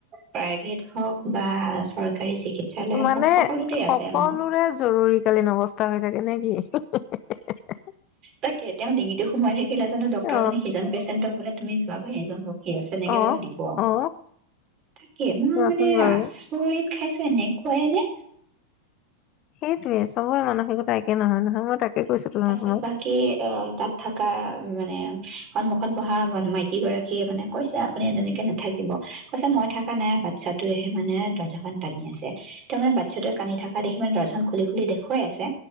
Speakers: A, on the right; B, on the left.
A: প্ৰাইভেট হওক বা চৰকাৰী চিকিৎসালয়
B: মানে
A: হওক সকলোতে
B: সকলোৰে
A: আছে মানে
B: জৰুৰীকালীন অৱস্থা <unintelligible> থাকে নে কি? <inaudible>
A: তাকে তেওঁ ডিঙিতো সোমাই থাকিলে জানো, ড্ক্তৰ
B: অ
A: জনে সিজন পেচেণ্টক বোলে তুমি যোৱা গৈ এজন ৰখো <unintelligible> আছে এনেকে
B: অ
A: জানো দিব।
B: অ
A: তাকে মই
B: চোৱাচোন
A: মানে
B: বাৰু
A: আচৰিত খাইছো এনে খুৱাই নে
B: সেইটোয়ে চবৰে মানসিকতা একে নহয় নহয়, মই তাকে কৈছো তো
A: তাৰ পিছত
B: তোমাক
A: বাকী, অ', তাত থাকা, মানে সন্মুখত বহা মাইকী গৰাকীয়ে, মানে, কৈছে, আপুনি তেনেকে নাথাকিব, কৈছে, মই থাকা নাই। বাচ্ছাটোৱেহে, মানে, দৰ্জাখন টানি আছে। ত', মানে, বাচ্ছাটোৱে টানি থাকা দেখি, মানে, দৰ্জাখন খুলি-খুলি দেখুৱাই আছে